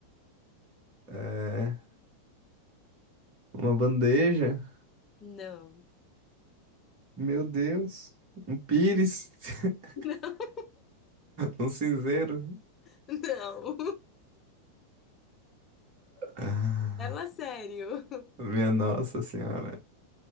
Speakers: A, on the right (about 40°); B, on the left (about 30°).
A: É. Uma bandeja?
B: Não,
A: Meu Deus. Um pires? <laughs>
B: <laughs>
A: Um cinzeiro?
B: não.
A: Ah,
B: Leva a sério.
A: Minha nossa senhora.